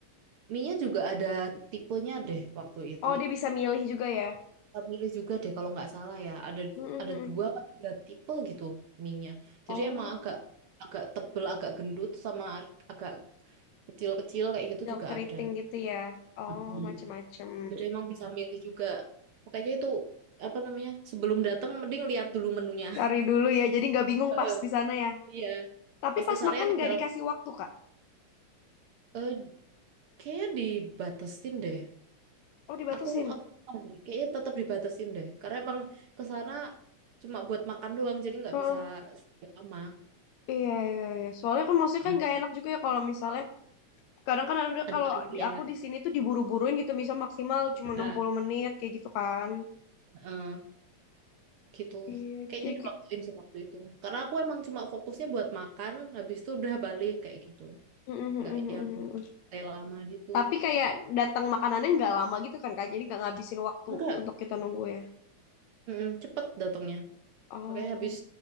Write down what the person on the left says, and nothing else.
Oh, dia bisa milih juga ya.
Mhm.
Oh,
yang
keriting
gitu ya. Oh,
macem-macem.
Cari dulu ya. Jadi nggak
bingung
pas di sana ya.
Tapi
pas
makan
nggak dikasih waktu, Kak.
Oh, dibatasin.
Heeh.
Iya, iya, iya. Soalnya kan maksudnya
kan nggak enak juga ya kalau misalnya kadang kan ada
kalau
di aku di sini tuh diburu-buruin gitu, misal maksimal cuma
enam puluh menit kayak gitu kan.
Iya, itu
jadi
kayak-
Mm, mm, mm,
mm,
mm, mm.
Tapi kayak datang makanannya nggak lama gitu kan Kak, jadi nggak ngabisin waktu
untuk kita nunggu ya.
Oh,